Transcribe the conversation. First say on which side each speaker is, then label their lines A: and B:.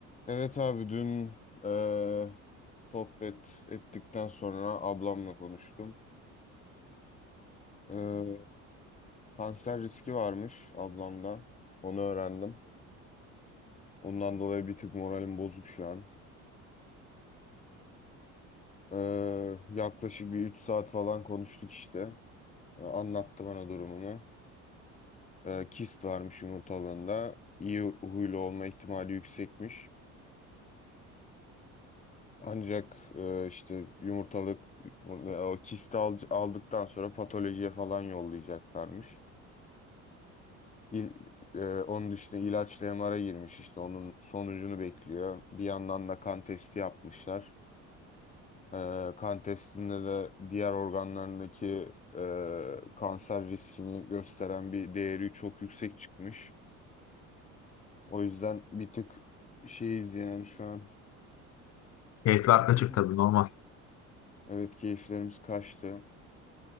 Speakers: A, on the left (about 25°); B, on the left (about 50°).
A: Evet abi dün eee, sohbet ettikten sonra ablamla konuştum. Eee, kanser riski varmış ablamda. Onu öğrendim. Ondan dolayı bir tık moralim bozuk şu an. Eee, yaklaşık bir 3 saat falan konuştuk işte. Eee, anlattı bana durumunu. Eee, kist varmış yumurtalığında. İyi huylu olma ihtimali yüksekmiş. Ancak eee, işte yumurtalık e, o kisti al- aldıktan sonra patolojiye falan yollayacaklarmış. İl, e, onun işte ilaçlı MR'a girmiş işte onun sonucunu bekliyor. Bir yandan da kan testi yapmışlar. E, kan testinde de diğer organlarındaki e, kanser riskini gösteren bir değeri çok yüksek çıkmış. O yüzden bir tık şeyiz yani şu an.
B: Keyifli haklı
A: <clears throat>
B: çık tabii normal.
A: Evet keyiflerimiz kaçtı.